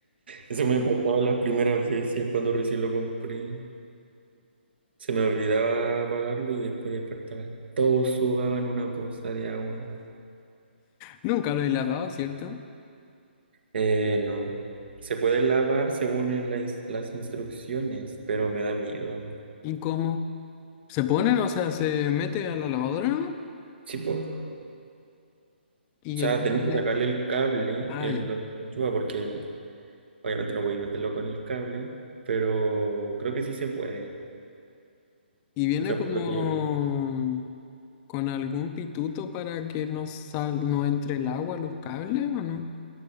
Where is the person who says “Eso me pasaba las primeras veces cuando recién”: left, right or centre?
Right